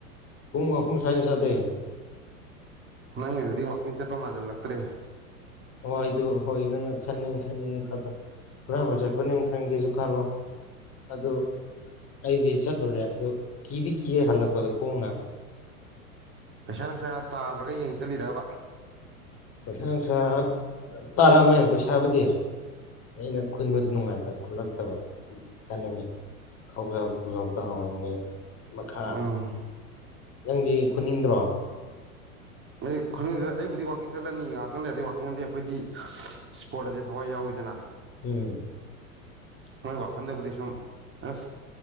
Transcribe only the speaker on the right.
ꯅꯪꯦ ꯑꯗꯨꯤꯗꯤ ꯋꯥꯀꯤꯡ ꯆꯠꯄ ꯃꯥꯖꯦꯜ ꯂꯥꯛꯇ꯭ꯔꯦ
ꯄꯩꯁꯥ ꯅꯨꯡꯁꯥ ꯇꯥꯕ꯭ꯔꯒ ꯌꯦꯡ ꯆꯠꯂꯤꯔꯕ
ꯎꯝ
ꯑꯩ ꯈꯨꯁꯤꯗ ꯑꯩꯕꯨꯗꯤ ꯋꯥꯥꯛꯀꯤꯡ ꯆꯠꯂꯅꯤ ꯉꯥꯛꯇꯪ ꯂꯩꯔꯗꯤ ꯋꯥꯥꯛꯀꯤꯡ ꯈꯗꯤ ꯑꯩꯈꯣꯏꯗꯤ ꯏꯁ꯭ꯄꯣꯔꯠ ꯑꯁꯦ ꯊꯋꯥꯏ ꯌꯥꯎꯋꯤꯗꯅ
ꯃꯣꯏ ꯋꯥꯈꯥꯟꯗꯦ ꯄꯗꯤꯤꯁꯝ ꯑ